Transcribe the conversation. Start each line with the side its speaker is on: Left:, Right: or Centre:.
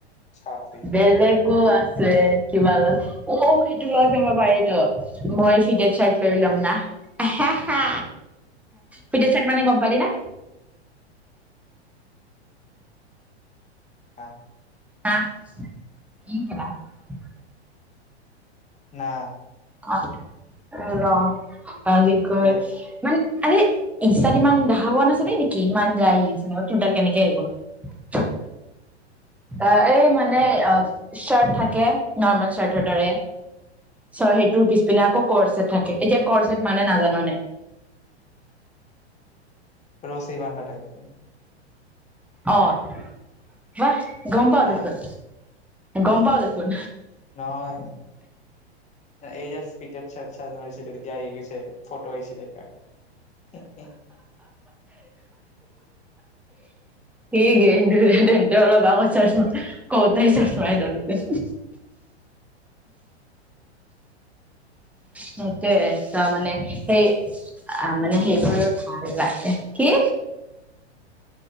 Left: চাপৰি চালা
Centre: বেলেগো আছে। <unintelligible> অহ ', সেইটো ল'ব পাৰি তো মই ফিট চাৰ্ট লৈ ল'ম না আহা হা ফিট চাৰ্ট মানে গম পালি না?
Left: আহ,
Centre: <unintelligible>
Left: না।
Centre: <unintelligible> <unintelligible> কয়
Left: কি
Centre: মানে, আৰে, ইনষ্টাত ইমান দেখা পোৱা নাছিলি নেকি, ইমান যে আহি - আহি, আছিল তোৰ তাত কেনেকৈ আহিব। আহ, এই মানে চাৰ্ট থাকে, নৰ্মেল চাৰ্টৰ দৰে। চ' সেইটোৰ পিছ পিনে আকৌ কৰৰ্চেট থাকে। এতিয়া কৰৰ্চেট মানে নাজানা নে?
Left: ৰচি বান্ধা টাইপ নে?
Centre: অহ ', বাহ। গ'ম পাওঁ
Left: হা
Centre: দেখোন। গম পাও দেখোন।
Left: নহয়। এই যে ফিটেত চ তই যে মাৰিছিলে তেতিয়া আহি গৈছে ফটো আহিছিলে। <unintelligible>
Centre: সেইয়ে তেন্তে অলপ আগত চ কৌতাই চাপাই দলতে <unintelligible> সেইটোয়ে চ মানে সেই মানে
Left: কি
Centre: সেইবোৰ
Left: কৈ
Centre: ভাল লাগ <unintelligible> কি?